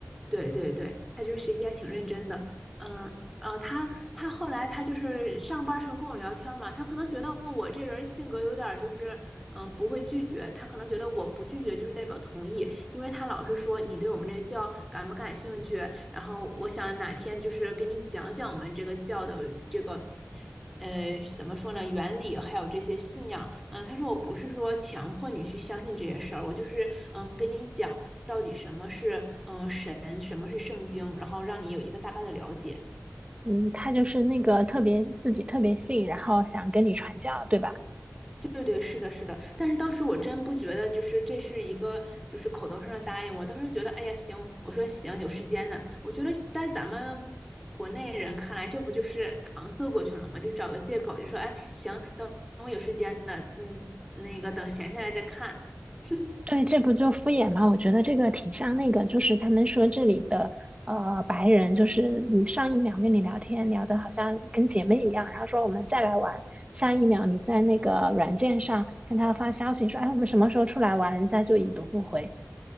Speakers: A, in the centre; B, on the right.
A: 对对对，他就是学习还挺认真的，嗯呃，他他后来他就是上班儿时候跟我聊天儿嘛，他可能觉得我这人性格有点儿就是嗯、呃不会拒绝，他可能觉得我不拒绝就是代表同意，因为他老是说你对我们这个教感不感兴趣，然后我想哪天就是给你讲讲我们这个教的这个。呃，怎么说呢？原理还有这些信仰，嗯、他说我不是说强迫你去相信这些事儿，我就是嗯跟你讲到底什么是嗯神，什么是圣经，然后让你有一个大概的了解。
B: 嗯，他就是那个特别自己特别信，然后想跟你传教，对吧？
A: 对对对，是的，是的，但是当时我真不觉得，就是这是一个就是口头上的答应。我当时觉得，哎呀，行，我说行，有时间呢。我觉得在咱们国内人看来，这不就是搪塞过去了吗？就找个借口，就说，哎，行，等等我有时间的，嗯，那个等闲下来再看。<laughs>
B: 对，这不就敷衍吗？我觉得这个挺像那个，就是他们说这里的呃白人，就是你上一秒跟你聊天聊的好像跟姐妹一样，然后说我们再来玩，下一秒你在那个软件上跟他发消息说，哎，我们什么时候出来玩，人家就已读不回。